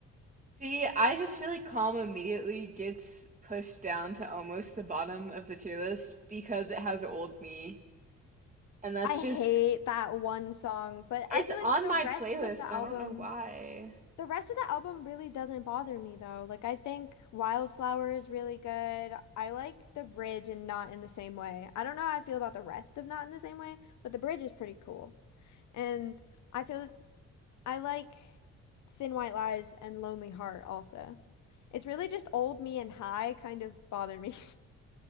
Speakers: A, on the right; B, on the left.
A: See, I just feel like Calm immediately gets pushed down to almost the bottom of the tier list because it has Old Me. And that's
B: I
A: just,
B: hate that one song, but
A: it's
B: I feel like
A: on
B: the
A: my
B: rest
A: playlist.
B: of the album,
A: I don't know why.
B: the rest of the album really doesn't bother me, though. Like, I think Wildflower is really good. I like the bridge and Not in the Same Way. I don't know how I feel about the rest of Not in the Same Way, but the bridge is pretty cool. And I feel I like Thin White Lies and Lonely Heart also. It's really just Old Me and High kind of bother me.